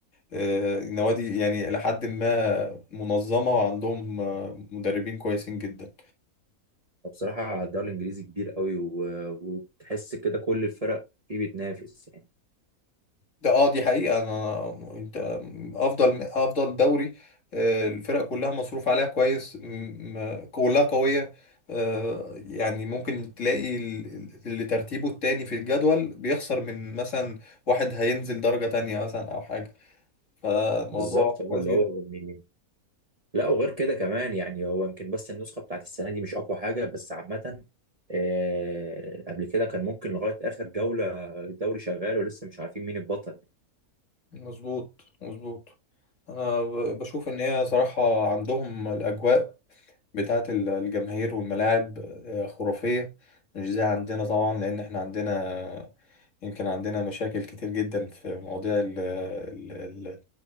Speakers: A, on the left; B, on the right.
A: آه، نوادي يعني لحد ما منظمة وعندهم آه، مدربين كويسين جدا
B: بصراحه الدوري الانجليزي كبير قوي و- وتحس كده كل الفرق فيه بتنافس يعني
A: ده اه دي حقيقة انا انت افضل افضل دوري آه، الفرق كلها مصروف عليها كويس م- م- كلها قوية آه، يعني ممكن تلاقي ال- اللي ترتيبه التاني في الجدول بيخسر من مثلا واحد هينزل درجة تانية مثلا او حاجة فالموضوع
B: بالظبط هو
A: كويس
B: اللي
A: جدا
B: هو يعني لا وغير كده كمان يعني هو يمكن بس النسخة بتاعت السنة دي مش أقوى حاجة بس عامة آه، قبل كده كان ممكن لغاية آخر جولة الدوري شغال ولسه مش عارفين مين البطل
A: مظبوط مظبوط انا ب- بشوف ان هي صراحة عندهم الاجواء بتاعة ال- الجماهير والملاعب آه، خرافية مش زي عندنا طبعا لأن احنا عندنا يمكن عندنا مشاكل كتير جدا في مواضيع ال- ال- ال-